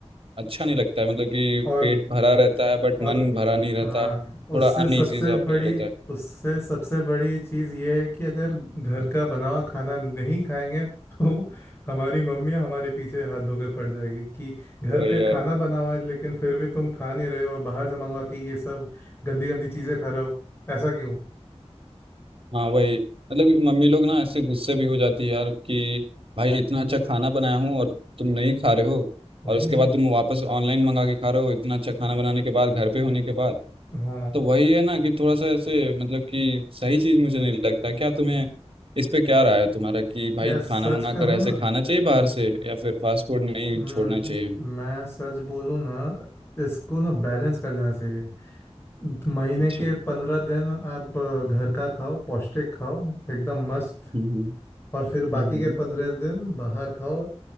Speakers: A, on the right; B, on the left.
A: अच्छा नहीं लगता है मतलब कि
B: और
A: पेट भरा रहता है बट मन
B: और
A: भरा नहीं रहता
B: हाँ उससे
A: थोड़ा अनईजी
B: सबसे
A: सा फील
B: बड़ी
A: होता है
B: उससे सबसे बड़ी चीज़ ये है कि अगर घर का बना हुआ खाना नहीं खाएंगे तो हमारी मम्मी हमारे पीछे हाथ धोकर पड़ जाएगी कि घर
A: तो वही
B: पे
A: यार
B: खाना बना हुआ है लेकिन फिर भी तुम खा नहीं रहे हो और बाहर से मंगवा के ये सब गंदी गंदी चीज़ें खा रहे हो ऐसा क्यों
A: हाँ वही मतलब कि मम्मी लोग ना ऐसे गुस्से भी हो जाती है यार कि भाई इतना अच्छा खाना बनाया हूँ और तुम नहीं खा रहे हो
B: वही
A: और उसके
B: ना
A: बाद तुम वापस ऑनलाइन मंगा के खा रहे हो इतना अच्छा खाना बनाने के बाद घर पे होने के बाद
B: हाँ
A: तो वही है ना कि थोड़ा सा ऐसे मतलब कि सही चीज मुझे नहीं लगता क्या तुम्हें इस पे क्या राय है तुम्हारा कि भाई
B: यार
A: खाना
B: सच
A: मंगा
B: कहूँ
A: कर ऐसे
B: ना
A: खाना चाहिए बाहर से या फिर फास्ट फूड नहीं
B: हम्म
A: छोड़ना चाहिए हमें?
B: मैं सच बोलूँ ना इसको ना बैलेंस कर देना चाहिए महीने
A: अच्छा
B: के पंद्रह दिन आप अ, घर का खाओ पौष्टिक खाओ एकदम मस्त
A: हम्म
B: और फिर
A: हम्म
B: बाकी के पंद्रह दिन बाहर खाओ